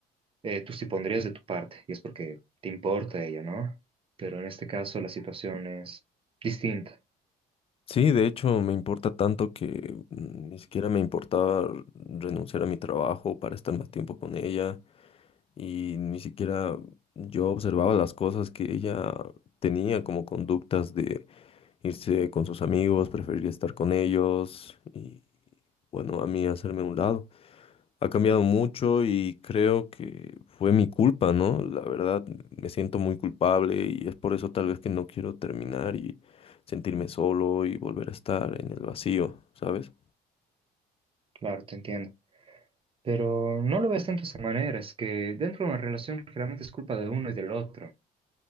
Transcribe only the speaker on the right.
eh, tú sí pondrías de tu parte, y es porque te importa ella, ¿no? Pero en este caso la situación es distinta,
claro, te entiendo. Pero no lo ves tanto de esa manera, es que dentro de una relación generalmente es culpa de uno y del otro.